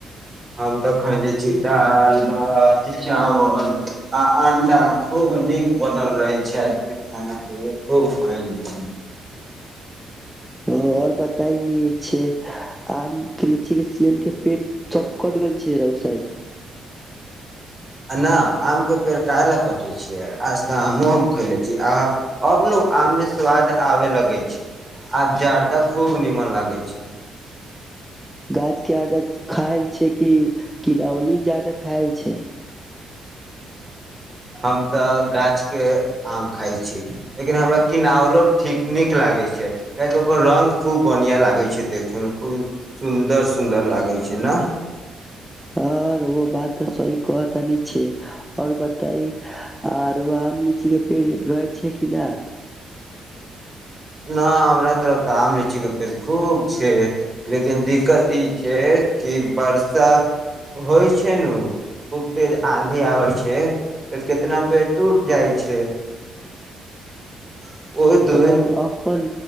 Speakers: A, on the right (about 30°); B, in the centre.
A: हम तऽ खयने छी दाल भात चावल आ अंडा खूब नीक बनल रहे छै आज के खाना त खूब खैलै छी
B: आ ओर बताय नी छै आम के लीची के सीजन के पेट सब कट गेल छै राउ साइड
A: आ नहि आमके पेड़ काहेला कटै छियै आज तऽ आमो हम खयले छीय आ आब नु आममे स्वाद आबय लगै छै आब जाड़दा खूब नीमन लागै छै
B: गाछ के जादा खायल छै कि किनावली जादाा खायल छै
A: हम तऽ गाछ के आम खाइ छी लेकिन हमरा की आ नलो ठीक नीक नीक लागै छै काहके ओकर रंग खूब बढ़िया लागै छै देखे मे खूब सुन्दर सुन्दर लागै छै ना
B: हर ओ बात तऽ सही कह तानी छै आ ओर बताई आर आम लीची के पेड़ रहै छै कि न
A: ना हमरा तरफ तऽ आम लीचीके पेड़ खूब छै लेकिन दिक्कत ई छै कि वर्षा होइ छै ने खूब तेज आंधी आबै छै तऽ कितना पेड़ टूट जाइ छै ओहि दिन
B: तऽ राउर अपन